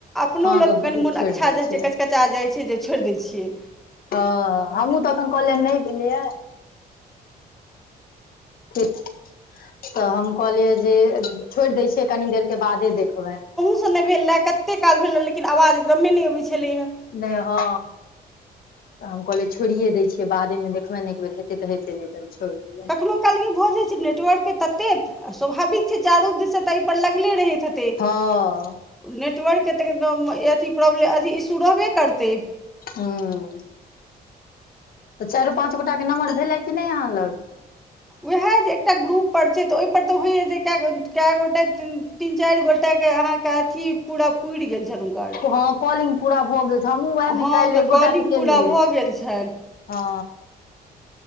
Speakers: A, in the centre; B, on the left.
A: अपनो
B: हँ
A: लोक
B: तऽ
A: कनिमोन
B: छोड़ि
A: अकछा
B: दै
A: जाय
B: छियै
A: छइ। अकछा जाइत छै जे छोड़ि दै छियै।
B: हं हमहु तखैन कहलियैन नै लिय। ठीक तऽ हम कहलियै जे छोड़ि दै छियै कनि देर। के बादे देखलौं।
A: नैय भेला कते काल भेले लेकिन आवाज एकदमे नहि अबै छलैहे।
B: नै हँ। हम कहलियै छोड़िये दै छियै, बादे मे देखबै ने एक बेर, हेतै तऽ हेतै नै त छोड़ि देबै
A: कखनहु काल के भऽ जाइ छै नेटवर्क के ततेक स्वाभाविक छै चारू दिससे तऽ एहि पर लगले रहैत हेतै।
B: हँ।
A: नेटवर्क के तऽ एकदम अथी प्रॉब्लम अथी इशू रहबे करतै।
B: हूं। तऽ चारि पाँच गोटा के नम्बर भेलै कि नहि अहाँ लग?
A: उएह जे एकटा ग्रुप पर छै तऽ ओहिपर तऽ होइए जे कए - कए गोटे तीन चारि गोटा के अहा के अथी पूरा पूरि गेल छनि हुनकर
B: हँ कॉलिंग पूरा भऽ गेल छै, हमहूँ उएहमे
A: हँ
B: काल्हि
A: तऽ
B: एक
A: कॉलिंग
B: गोटा के केलियै।
A: पूरा भऽ गेल छनि
B: हँ।